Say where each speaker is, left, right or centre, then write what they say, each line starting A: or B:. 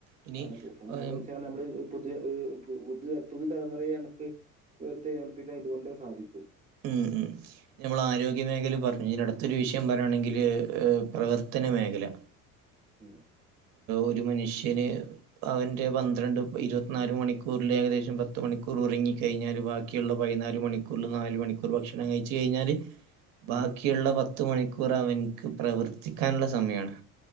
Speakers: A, on the right; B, on the right.
A: ഇനി
B: കാരണം തൂഫാനാഞ്ഞടിച്ച
A: ഏം,
B: നമ്മള് പു പുതുതലമുറയെ നമുക്ക് ഉയർത്തെഴുന്നേൽപ്പിക്കാൻ ഇതുകൊണ്ടേ സാധിക്കൂ
A: ഉം ഉം നമ്മൾ ആരോഗ്യ മേഖല പറഞ്ഞു ഇനി അടുത്തൊരു വിഷയം പറയാണെങ്കിൽ പ്രവർത്തന മേഖല
B: ഉം
A: ഒരു മനുഷ്യന് അവന്റെ പന്ത്രണ്ട് ഇരുപത്തിനാല് മണിക്കൂറിൽ ഏകദേശം പത്ത് മണിക്കൂർ ഉറങ്ങിക്കഴിഞ്ഞാല് ബാക്കി ബാക്കിയുള്ള പതിനാല് മണിക്കൂറിൽ നാല് മണിക്കൂർ ഭക്ഷണം കഴിച്ച് കഴിഞ്ഞാൽ ബാക്കിയുള്ള
B: ഉം.
A: പത്തു മണിക്കൂർ അവനിക്ക് പ്രവർത്തിക്കാനുള്ള സമയമാണ്